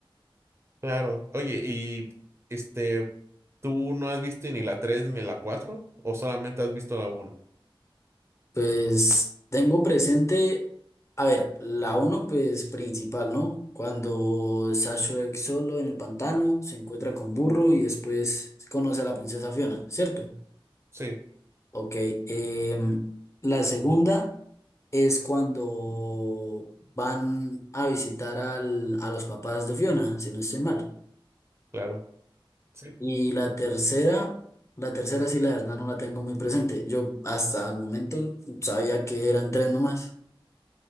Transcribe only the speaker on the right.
Claro. Oye, y este, ¿tú no has visto ni la 3 ni la cuatro ¿O solamente has visto la uno
Sí,
claro. Sí.